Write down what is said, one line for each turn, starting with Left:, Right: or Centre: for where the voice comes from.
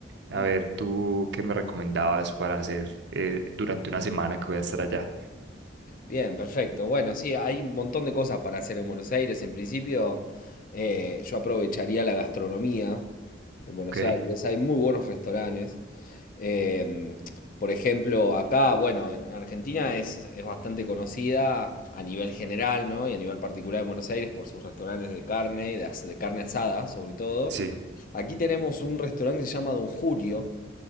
Right: A
Left: Ah, mu-
Right: ver, ¿tú qué me recomendabas para hacer eh, durante una semana que voy a estar allá?
Left: Bien, perfecto. Bueno, sí, hay un montón de cosas para hacer en Buenos Aires. En principio, eh, yo aprovecharía la gastronomía en Buenos
Right: Ok,
Left: Aires. Hay muy buenos restaurantes. Em, por ejemplo, acá, bueno, en Argentina es, es bastante conocida a nivel general, ¿no? Y a nivel particular en Buenos Aires por sus restaurantes de carne, y de as- de carne asada, sobre todo.
Right: sí.
Left: Aquí tenemos un restaurante que se llama Don Julio